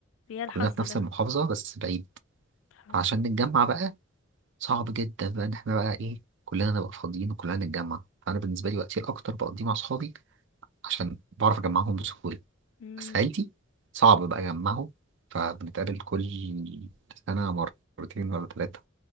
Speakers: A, on the left; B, on the right.
A: يا الحظ
B: كلنا في
A: ده
B: نفس المحافظه بس بعيد
A: الحظ
B: عشان نتجمع بقى صعب جدا بقى ان احنا بقى ايه كلنا نبقى فاضيين وكلنا نتجمع فانا بالنسبه لي وقتي الاكتر بقضيه مع اصحابي عشان بعرف اجمعهم بسهوله
A: مم.
B: سعيدي صعب بقى أجمعه فبنتقابل كل سنة مرتين ولا ثلاثة